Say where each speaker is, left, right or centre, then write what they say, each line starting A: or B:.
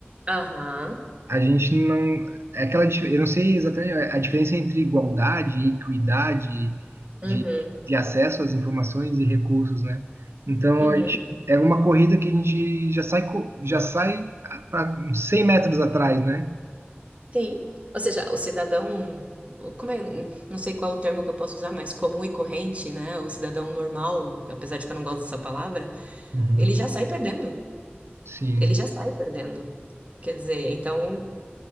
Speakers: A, on the right (about 35°); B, on the right (about 85°).
A: Aham.
B: A gente não. É aquela, dif- eu não sei exatamente a diferença entre igualdade e equidade
A: Uhum.
B: de, de acesso às informações e recursos, né? Então,
A: Uhum.
B: a gente, é uma corrida que a gente já sai, co- já sai para 100 metros atrás, né?
A: Sim. Ou seja, o cidadão, como é, não sei qual o termo que eu posso usar, mas comum e corrente, né? O cidadão normal, apesar de que eu não gosto dessa palavra,
B: Uhum,
A: ele já sai perdendo.
B: Sim.
A: Ele já sai perdendo. Quer dizer, então